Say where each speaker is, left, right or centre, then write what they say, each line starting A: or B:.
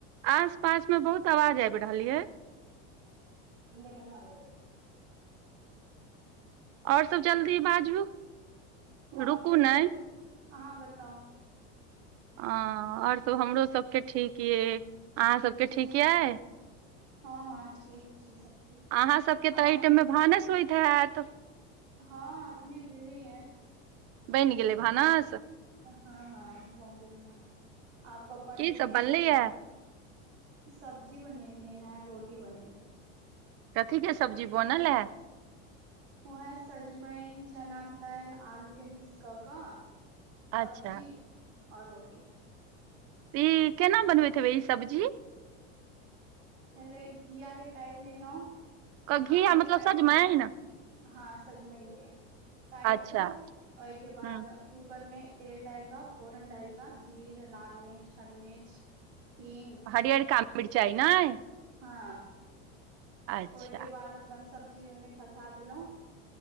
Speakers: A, on the right; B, on the right.
A: आस पास मे बहुत आवाज आईब रहल यै
B: नहिरा मे रहै
A: आओर सब जल्दी बाजू
B: आओर
A: रुकू
B: कहियौ
A: नहि
B: अहाँ बताउ
A: ह आओर सब हमरो सबके ठीक यै अहाँ सबके ठीक
B: आओर
A: यै
B: हँ हँ ठीक छै सब ठीक
A: अहाँ सबके
B: अहाँ
A: तऽ अय टाइम
B: कहु
A: मे भानस होइत हेऽत
B: हँ अखने भेलैया
A: बैनि गेलै भानस
B: हँ हँ भऽ गेलै भानस आप पप्पा
A: की
B: ड्यूटी
A: सब बनलैये
B: जेथिन सब्जी बनेलियनि हे रोटी बनेलीयै
A: कथी के सब्जी बनल हे
B: उएह सजमनि चना दालि आलूके मिक्स कऽ कऽ सब्जी
A: अच्छा
B: आओर रोटी
A: इ केना बनबति हेबै इ सब्जी
B: पहिले घिया के कटि लेलौ
A: क घिया
B: आलू
A: मतलब
B: के कटि
A: सजमनि
B: लेलौ हं सजमनि के काइट
A: अच्छा
B: कऽ ओय के बाद
A: हँ
B: कु कर मे तेल डाइल क फोरन डलिक जीर लाल मिर्च हरी मिर्च हींग
A: हरियरका मिर्चीय नय
B: हं
A: अच्छा
B: ओय के बाद अपन सब्जी ओह मे खसा देलौं